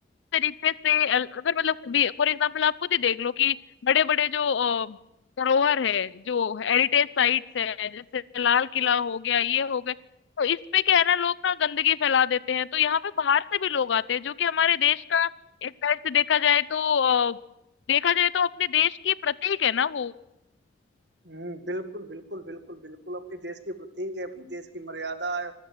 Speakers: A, on the left; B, on the right.
A: तरीके से अ- अगर मतलब कभी फॉर एग्जाम्पल आप खुद ही देख लो कि बड़े बड़े जो अ, धरोहर है जो हेरिटेज साइट्स है जैसे लाल किला हो गया ये हो गए तो इस पे क्या है ना लोग ना गंदगी फैला देते हैं तो यहाँ पे बाहर से भी लोग आते हैं जो कि हमारे देश का एक तरह से देखा जाए तो अ, देखा जाए तो अपने देश की प्रतीक है ना वो
B: हम्म, बिल्कुल बिल्कुल बिल्कुल बिल्कुल अपने देश के प्रतीक है अपने देश की मर्यादा है